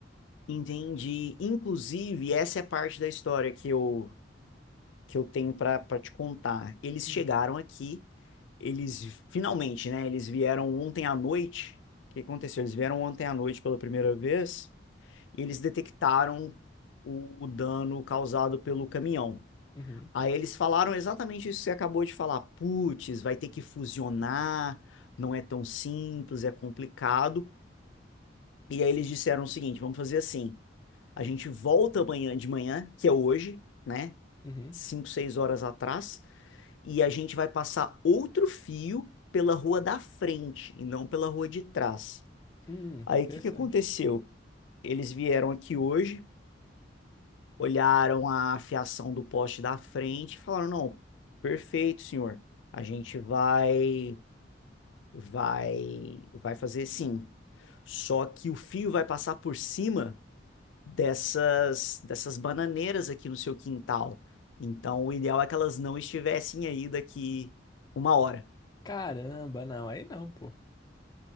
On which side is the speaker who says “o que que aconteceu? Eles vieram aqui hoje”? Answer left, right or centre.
Left